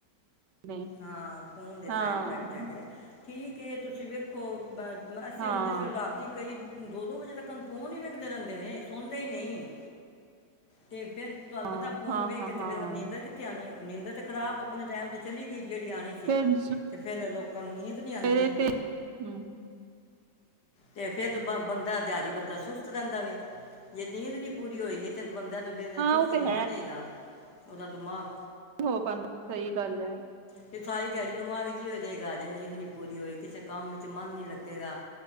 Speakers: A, on the right; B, on the left.
A: ਨੇ
B: ਹਾਂ ਫੋਨ ਦੇ
A: ਹਾਂ
B: ਸਾਈਡ ਇਫੈਕਟ ਹੈਗੇ ਨੇ। ਠੀਕ ਏ ਤੁਸੀ ਵੇਖੋ। ਬਸ ਅਸੀਂ
A: ਹਾਂ
B: ਹੁਣ ਜਿਸ ਰਾਤੀ ਕਈ ਦੋ ਦੋ ਵਜੇ ਤੱਕਨ ਫੋਨ ਹੀ ਵੇਖਦੇ ਰਹਿੰਦੇ ਨੇ ਸੌਂਦੇ ਹੀ ਨਹੀਂ ਤੇ ਫੇਰ ਤੁਹਾਨੂੰ
A: ਹਾਂ
B: ਪਤਾ ਏ ਫੋਨ
A: ਹਾਂ
B: ਵੇਖ
A: ਹਾਂ
B: ਕੇ ਕਿਤੇੇ
A: ਹਾਂ
B: ਨਿੰਂਦਰ ਕਿਥੇ ਆਣੀ ਅ। ਨੀਂਦਰ ਤੇ ਖਰਾਬ ਆਪਣੇ ਟੈਮ ਤੇ ਚਲੀ ਗਈ। ਜੀ ਆਣੀ ਸੀ
A: ਫਿਰ
B: ਤੇ ਫਿਰ ਲੋਕ। <unintelligible> ਨੀਂਦ ਨੀ
A: ਸਵੇਰੇ
B: ਅੰਦੀ।
A: ਤੇ ਹੂੰ
B: ਤੇ ਫੇਰ ਬ ਬੰਦਾ ਦਿਆੜੀ ਬੰਦਾ ਸੁਸਤ ਰਹਿੰਦਾ ਵੇ ਜੇ ਨੀਂਦ ਨੀ ਪੂਰੀ ਹੋਏਗੀ ਤੇ ਬੰਦਾ <unintelligible> ਫੇਰ
A: ਹਾਂ
B: ਚੁਸਤ
A: ਉਹ ਤੇ
B: ਨੀ ਨਾ ਰਹੇਗਾ ਉਹਦਾ ਦਿਮਾਗ।
A: ਉਹ ਪਾਂਦਾ ਸਹੀ ਗੱਲ ਹੈ।
B: ਤੇ ਸਾਰੀ ਦਿਹਾੜੀ ਦਿਮਾਗ ਚ ਹੀ ਹੋ ਰਹੇਗਾ, ਜੇ ਨੀਂਦ ਨੀ ਪੂਰੀ ਹੋਈ ਕਿਸੇ ਕੰਮ ਵਿਚ ਮਨ ਨੀ ਲੱਗੇਗਾ।